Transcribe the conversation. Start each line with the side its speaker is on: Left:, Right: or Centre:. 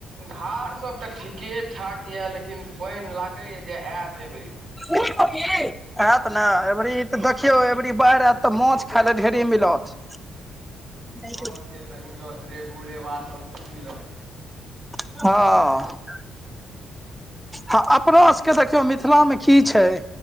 Right: धार सब त ठीके ठाक ये लेकिन पाइन लागैये जे एत अइ बेरी।
Centre: सु प की <inaudible> एत ने एबरी त देखियौ एबरी बाइढ़ एत त माछ खाइले ढे़री मिलत। त <inaudible>
Right: हँ से त मिलत रेहू रेबा सब खूब मिलत।
Centre: हँऽ। हँ अपनो सके देखियौ मिथिलामे की छै